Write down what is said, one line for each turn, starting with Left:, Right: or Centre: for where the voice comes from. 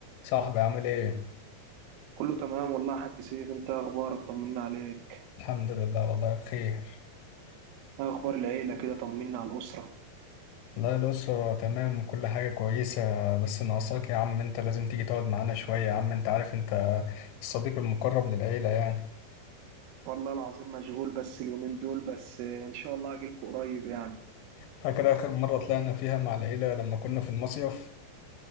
Left: صاحبي عامل ايه؟
Right: كله تمام والله يا حاج سيف انت إيه اخبارك طمنا عليك
Left: الحمد لله والله بخير
Right: ايه اخبار العيله كده طمنا على الاسره
Left: والله الأسرة تمام وكل حاجة كويسة بس ناقصاك يا عم انت لازم تيجي تقعد معانا شوية يا عم انت عارف انت الصديق المقرب للعيلة يعني
Right: والله العظيم مشغول بس اليومين دول بس ان شاء الله اجيلكوا قريب يعني
Left: فاكر آخر مرة طلعنا فيها مع العيلة لما كنا في المصيف؟